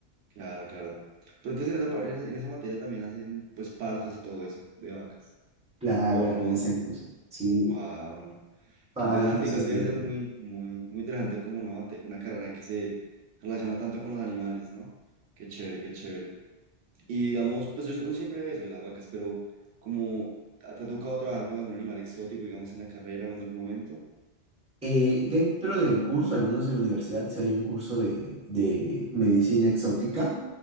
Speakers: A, on the right; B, in the centre.
A: claro, claro. Pero entonces en esa, par- en esa materia también hacen pues partos y todo eso de vacas.
B: Claro,
A: ¿O
B: también
A: no?
B: se usa. Sí,
A: Wow.
B: partos,
A: Qué interesante. Igual
B: histerectomía.
A: debe ser muy, muy, muy interesante como una, mate- una carrera que se relaciona tanto con los animales, ¿no? Qué chévere, qué chévere. Y digamos, pues yo- uno siempre ve eso de las vacas, pero como ¿te te ha tocado trabajar con algún animal exótico, digamos, en la carrera o en algún momento?
B: Eh, dentro del curso, al menos en la universidad, sí hay un curso de, de medicina exótica.